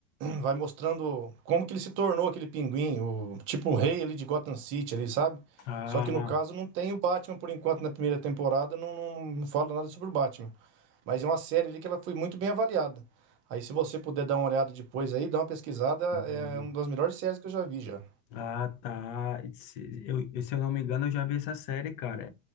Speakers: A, on the right; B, on the left.
A: vai mostrando como que ele se tornou aquele pinguim, o tipo o rei ali de Gotham City ali, sabe?
B: ah,
A: Só que no caso não tem o Batman por enquanto na primeira temporada, não, não, não fala nada sobre o Batman. Mas é uma série ali que ela foi muito bem avaliada. Aí se você puder dar uma olhada depois aí, dar uma pesquisada,
B: hum,
A: é uma das melhores séries que eu já vi já.
B: ah, tá. Se eu, eu- se eu não me engano, eu já vi essa série, cara.